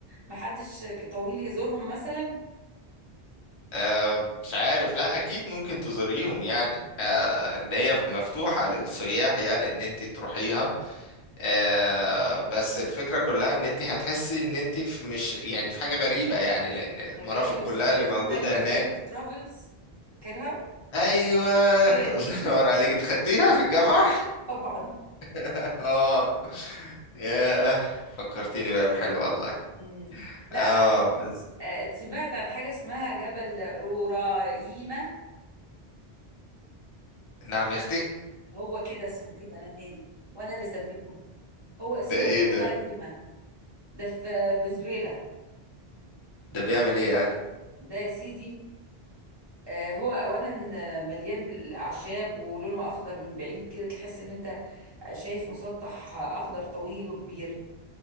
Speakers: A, on the right; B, on the left.
A: محدش طويل يزورهم مثلا
B: آه مش عارف لا اكيد ممكن تزوريهم يعني آه ان هي مفتوحة للسياح يعني ان انت تروحيها آه بس الفكرة كلها ان انت هتحسي ان انت في مش يعني في حاجة غريبة يعني لان المرافق
A: انا جالي في الس-
B: كلها
A: اسمه
B: اللي موجودة
A: جالي
B: هناك
A: جالي في الترافلز فاكرها
B: ايوه <laughs>
A: هي دي
B: الله ينور عليك
A: <laughs>
B: اتخدتيها في الجامعة
A: طبعا
B: <laughs> اه ياه فكرتيني بأيام حلوة والله
A: مم. لا
B: اه بس
A: آه، سمعت عن حاجه اسمها جبل رورايما
B: نعم يا اختي
A: هو كده اسمه كده انا مالي وانا اللي سميته هو اسمه
B: ده ايه ده
A: رورايما ده في فنزويلا
B: ده بيعمل ايه يعني
A: ده يا سيدي آه، هو اولا آه، مليان بالاعشاب ولونه اخضر من بعيد كده تحس ان انت شايف مسطح اخضر طويل وكبير